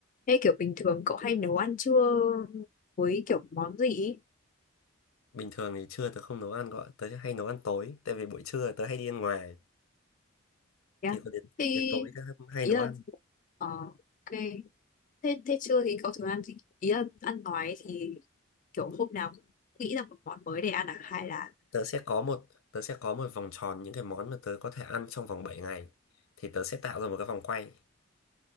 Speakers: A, on the left; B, on the left.
A: Thế kiểu bình thường cậu hay nấu ăn trưa với kiểu món gì ý?
B: bình thường thì trưa tớ không nấu ăn gọi tớ hay nấu ăn tối tại vì buổi trưa tớ hay đi ăn ngoài
A: Thế
B: thì
A: á?
B: có đến
A: Thì
B: đến tối tớ hay
A: ý
B: nấu
A: là
B: ăn
A: ờ, ok. Thế thế trưa thì cậu thường ăn gì? Ý là ăn nói thì kiểu
B: Ừ.
A: hôm nào cũng nghĩ ra một món mới để ăn à hay là
B: tớ sẽ có một tớ sẽ có một vòng tròn những cái món mà tớ có thể ăn trong vòng bảy ngày thì tớ sẽ tạo ra một cái vòng quay